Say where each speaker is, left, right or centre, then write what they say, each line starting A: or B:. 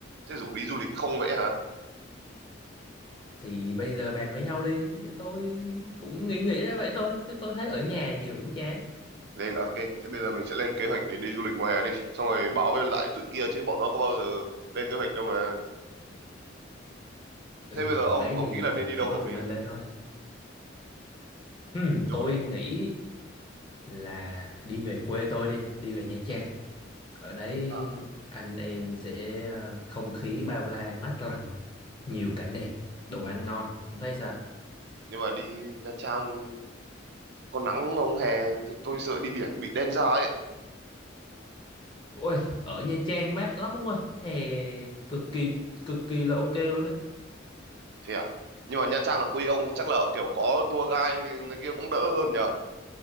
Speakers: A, on the right; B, on the left.
A: Thế rủ đi du lịch không vậy hả?
B: Thì bây giờ bàn với nhau đi. Chứ Tôi cũng nghĩ nghĩ ra vậy thôi. Chứ tôi thấy ở nhà nhiều cũng chán.
A: Lên à, ok, thế bây giờ mình sẽ lên kế hoạch để đi du lịch mùa hè đi. Xong rồi báo với lại tụi kia chứ bọn nó có bao giờ lên kế hoạch đâu mà.
B: Ừ,
A: Thế bây giờ
B: tụi
A: ông
B: đấy
A: ông
B: thì
A: nghĩ là nên đi
B: chỉ
A: đâu
B: có
A: hợp
B: tụi
A: lý
B: mình
A: này?
B: lên thôi. Ừm,
A: Đi đâu
B: tôi
A: là
B: nghĩ là đi về quê tôi đi. Đi về Nha Trang. Ở đấy
A: Nha Trang à?
B: anh em sẽ ờ, không khí bao la mát lành. Nhiều cảnh đẹp, đồ ăn ngon. Ông thấy sao?
A: Nhưng mà đi Nha Trang có nắng không hè? Tôi sợ đi biển bị đen da ấy.
B: Ôi, ở Nha Trang mát lắm ông ơi, hè cực kỳ cực kỳ là ok luôn đấy.
A: Thế à? Nhưng mà Nha Trang là quê ông thì chắc là kiểu có tour guide thì nó kia cũng đỡ hơn nhỉ?